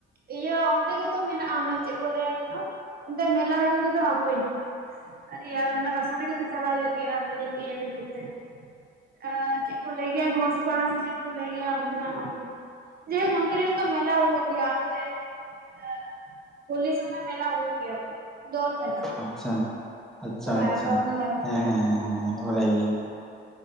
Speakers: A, on the right; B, in the centre.
A: ᱤᱭᱟᱹ ᱚᱱᱛᱮ ᱜᱮᱛᱚ ᱢᱮᱱᱟᱜ-ᱟ ᱚᱱᱟ ᱪᱮᱜ ᱠᱚ ᱞᱟᱹᱭᱟ ᱡᱮᱱᱚ ᱚᱱᱛᱮ ᱢᱮᱞᱟ ᱦᱩᱭᱩᱜ ᱜᱮᱫᱚ ᱦᱟᱸᱯᱚᱭᱼᱼ ᱟᱨᱮ ᱭᱟᱨ ᱚᱱᱟ ᱨᱟᱥᱟ ᱛᱮᱜᱮ ᱛᱚ ᱪᱟᱞᱟᱜ ᱦᱩᱭᱩᱜ ᱜᱮᱭᱟ ᱦᱤᱲᱤᱧ ᱠᱤᱜ ᱤᱧ ᱟᱰᱤ‌ ᱡᱩᱨ ᱛᱮ ᱾ ᱟᱸᱻ ᱪᱮᱜ ᱠᱚ ᱞᱟᱹᱭ ᱜᱮᱭᱟ ᱜᱷᱳᱥᱼᱼ ᱯᱟᱲᱟ ᱥᱤ ᱥᱤ ᱠᱚ ᱞᱟᱹᱭ ᱜᱮᱭᱟ ᱚᱱᱛᱮ ᱱᱟᱜ ᱟᱯᱮ ᱦᱮᱸᱠ ᱚᱱᱛᱮ ᱨᱮᱜᱮ ᱛᱚ ᱢᱮᱞᱟ ᱦᱩᱭᱩᱜ ᱜᱮᱭᱟ ᱚᱱᱛᱮᱼᱼ ᱮᱜ ᱦᱳᱞᱤ ᱥᱚᱢᱚᱭ ᱢᱮᱞᱟ ᱦᱩᱭᱩᱜ ᱜᱮᱭᱟ ᱛᱚ ᱰᱳᱞ ᱢᱮᱞᱟ᱾
B: ᱟᱪᱪᱷᱟ ᱟᱪᱪᱷᱟ
A: ᱦᱮᱸ
B: ᱟᱪᱪᱷᱟ
A: ᱫᱳᱞ ᱢᱮᱞᱟ ᱦᱩᱭᱩᱜ
B: ᱦᱮᱸ
A: ᱜᱮᱭᱟ
B: ᱦᱮᱸ ᱦᱮᱸ ᱦᱮᱸ ᱵᱟᱲᱟᱭ ᱜᱤᱭᱟᱹᱧ᱾